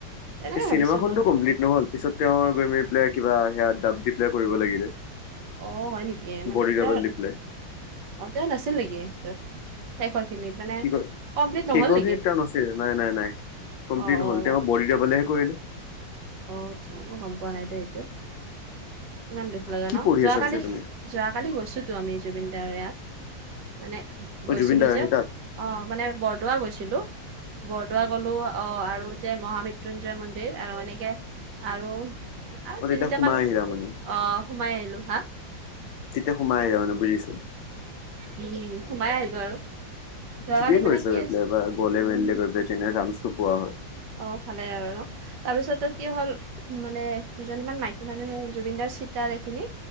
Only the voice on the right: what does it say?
তেনেকে
ভাবিছিলো
অ', হয় নেকি মানে
তেওঁ,
অ, তেওঁ নাছিল নেকি, তেওঁ? শেষৰ খিনিত মানে
কমপ্লিট নহ'ল
নেকি
অ
অ অ
অ', অচ্ছা মই গম পোৱা নাই দে এইটো, ইমান দুখ লগা
ন
যোৱাকালি
যোৱাকালি গৈছোঁতো আমি জুবিন দাৰ ইয়াত, মানে
গৈছিলোঁ
যে।
অ', মানে বৰদোৱা গৈছিলো। বৰদোৱা গ'লো অ, আৰু যে মহামৃত্যুঞ্জয় মন্দিৰ আৰু এনেকে আৰু, আৰু
তিনিটামান,
অ, সোমাই আহিলোঁ, হা?
উম, সোমাই আহিলো আৰু। যোৱাকালি
মানে কি
আছে
উম,
অ', ভালে আৰু ন'? তাৰপিছতটো কি হ'ল, মানে দুজনীমানী মাইকী মানুহে জুবিন দাৰ চীতাৰ এইখিনি